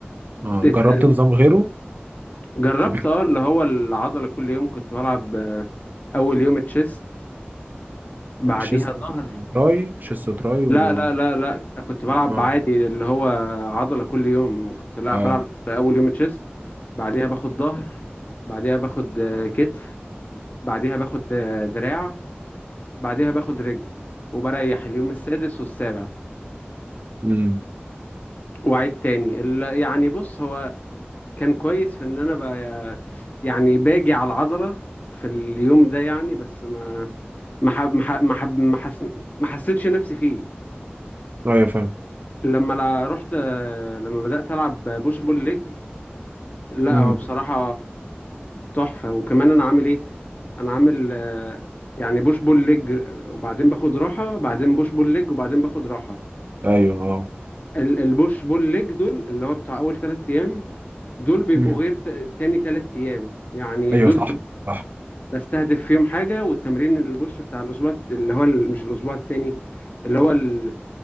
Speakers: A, on the right (about 45°); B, on the left (about 40°).
A: آه
B: ات-
A: جربت نظام غيره
B: جربت
A: قبل
B: اه اللي هو العضلة كل يوم كنت بلعب آه، أول يوم تشيست بعديها
A: كده شيست
B: ظهر
A: وتراي شيست وتراي و
B: لا لا لا لا كنت بلعب
A: اه
B: عادي اللي هو عضلة كل يوم كنت لا
A: اه
B: بلعب أول يوم تشيست بعديها باخد ظهر بعديها باخد آه، كتف بعديها باخد آه، دراع بعديها باخد رجل وبريح اليوم السادس والسابع
A: امم
B: وأعيد تاني ال- يعني بص هو كان كويس في ان انا بقى يعني باجي على العضله في اليوم ده يعني بس ما ما حب ما حب ما حب- ما حس- ما حسيتش نفسي فيه
A: ايوه فاهم
B: لما لا رحت لما بدات العب بوش بول ليج لا
A: امم
B: هو بصراحه تحفه وكمان انا عامل ايه انا عامل آه، يعني بوش بول ليج وبعدين باخد راحه بعدين بوش بول ليج وبعدين باخد راحه
A: ايوه اه
B: ال- البوش بول ليج دول اللي هو بتاع اول ثلاث ايام دول بيبقوا
A: مم.
B: غير ت- تاني ثلاث ايام يعني
A: ايوه
B: دول
A: صح صح
B: بستهدف فيهم حاجة والتمرين البوش بتاع الأسبوع اللي هو ال- مش الأسبوع التاني اللي هو ال...